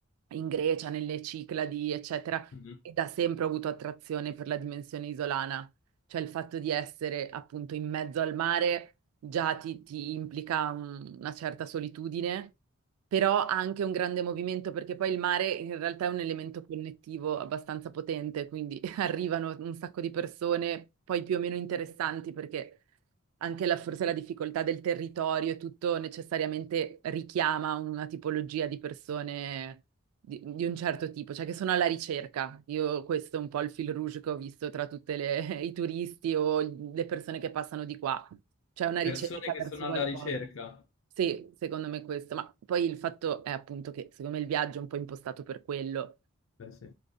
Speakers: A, on the right; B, on the left.
A: in Grecia, nelle Cicladi, eccetera,
B: mhm.
A: e da sempre ho avuto attrazione per la dimensione isolana, cioè il fatto di essere appunto in mezzo al mare già ti, ti implica un- una certa solitudine, però ha anche un grande movimento perché poi il mare in realtà è un elemento connettivo abbastanza potente, quindi <laughs> arrivano un sacco di persone, poi più o meno interessanti perché anche la, forse la difficoltà del territorio e tutto necessariamente richiama una tipologia di persone di, di un certo tipo, cioè che sono alla ricerca. Io questo è un po' il fil rouge che ho visto tra tutti <laughs> i turisti o le persone che passano di qua. C'è una
B: Persone
A: ricerca
B: che
A: verso
B: sono alla
A: qualcosa.
B: ricerca.
A: Sì, secondo me questo, ma poi il fatto è appunto che secondo me il viaggio è un po' impostato per quello,
B: Beh, sì.